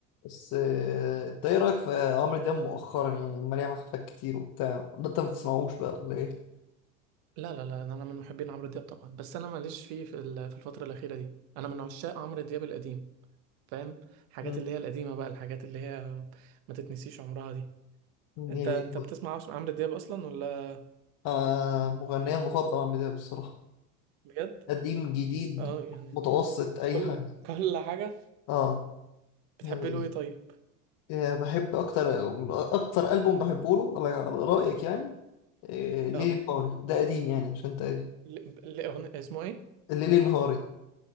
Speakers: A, on the left (about 55°); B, on the right (about 60°).
A: بس آه، انت ايه رايك في عمرو دياب مؤخرا يعني عمال يعمل حفلات كتير وبتاع ولا انت ما بتسمعوش بقى ولا ايه؟
B: لا لا لا انا من محبين عمرو دياب طبعا بس انا ماليش فيه في ال- في الفتره الاخيره دي انا من عشاق عمرو دياب القديم فاهم حاجات
A: مم.
B: اللي هي القديمه بقى الحاجات اللي هي ما تتنسيش عمرها دي
A: يعني
B: انت انت بتسمع عش- عمرو دياب اصلا ولا
A: انا مغنيه المفضل عمرو دياب الصراحه
B: بجد
A: قديم جديد
B: اه يعني
A: متوسط اي
B: كل
A: حاجه
B: كل حاجه
A: اه
B: بتحب
A: يعني
B: له ايه طيب
A: آه، بحب اكتر اكتر البوم بحبه له على على رايك يعني آه، ليلي
B: اه
A: نهاري ده قديم يعني عشان انت ايه
B: ل... ل... أغن... اسمه ايه
A: ليلي نهاري